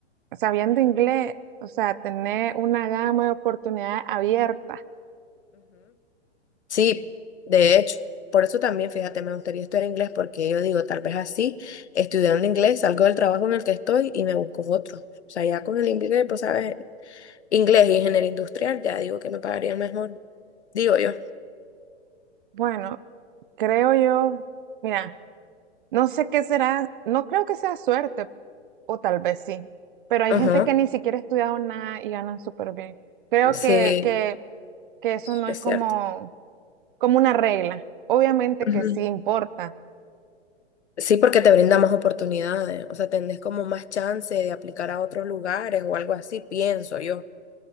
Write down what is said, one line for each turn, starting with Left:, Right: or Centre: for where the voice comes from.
Right: sabiendo inglés, o sea, tener una gama de oportunidades abiertas.
Left: Sí, de hecho, por eso también, fíjate, me gustaría estudiar inglés porque yo digo, tal vez así, estudiando inglés, salgo del trabajo en el que estoy y me busco otro. O sea, ya con el inglés, pues sabes, inglés y ingeniería industrial, ya digo que me pagaría mejor, digo yo.
Right: Bueno, creo yo, mira. No sé qué será, no creo que sea suerte, o tal vez sí, pero hay
Left: Ajá,
Right: gente que ni siquiera ha estudiado nada y ganan súper bien. Creo
Left: sí,
Right: que, que, que eso no
Left: es
Right: es como,
Left: cierto.
Right: como una regla. Obviamente
Left: Ujú.
Right: que sí importa,
Left: Sí, porque te brinda más oportunidades, o sea, tenés como más chance de aplicar a otros lugares o algo así, pienso yo.